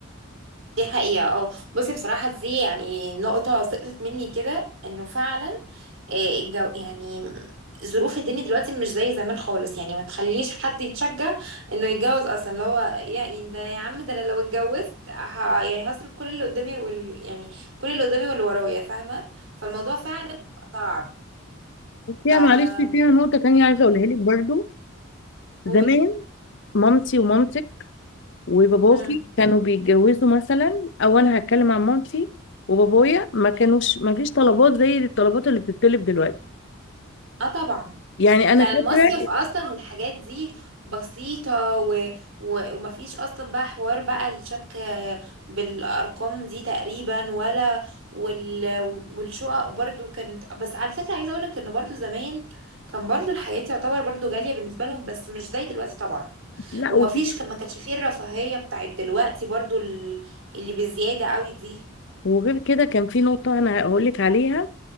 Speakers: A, on the right; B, on the left.
A: دي حقيقة اه بصي بصراحة دي يعني نقطة سقطت مني كده انه فعلا آه، الجو يعني ظروف الدنيا دلوقتي مش زي زمان خالص يعني ما تخليش حد يتشجع انه يتجوز اصلا اللي هو يا يعني ده يا عم ده انا لو اتجوزت ه- يعني هصرف كل اللي قدامي وال يعني كل اللي قدامي واللي ورايا فاهمة فالموضوع فعلا بيبقى صعب
B: فيها
A: ف
B: معلش فيها نقطه تانية عايزه اقولها لك برضو زمان
A: قولي
B: مامتي ومامتك وباباكي
A: مم.
B: كانوا بيتجوزوا مثلا او انا هتكلم عن مامتي وبابايا ما كانوش ما فيش طلبات زي الطلبات اللي بتتطلب دلوقتي
A: اه طبعا
B: يعني انا
A: كان
B: فاكره
A: المصيف اصلا والحاجات دي بسيطة و... و... ومفيش اصلا بقى حوار بقى الشبك بالارقام دي تقريبا ولا وال... والشقق برضو كانت بس على فكرة عايزة اقولك ان برضو زمان كان برضو الحياة تعتبر برضو غالية بالنسبة لهم بس مش زي دلوقتي طبعا
B: لا
A: ومفيش
B: وفي
A: كان ما كانش فيه الرفاهية بتاعت دلوقتي برضو ال- اللي بزيادة قوي دي
B: وغير كده كان في نقطة أنا هقولك عليها